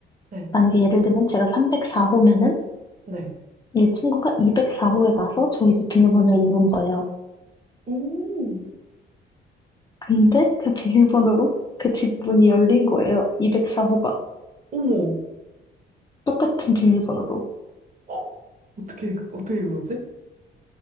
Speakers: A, on the right; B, on the left.
A: 네,
B: 만약에 예를 들면 제가 304호면은
A: 네.
B: 이 친구가 204호에 가서 저희 집 비밀번호를 누른 거예요.
A: 오,
B: 근데 그 비밀번호로 그 집 문이 열린 거예요. 204호가.
A: 어머,
B: 똑같은 비밀번호로.
A: 헉, 어떻게, 그- 어떻게 그러지?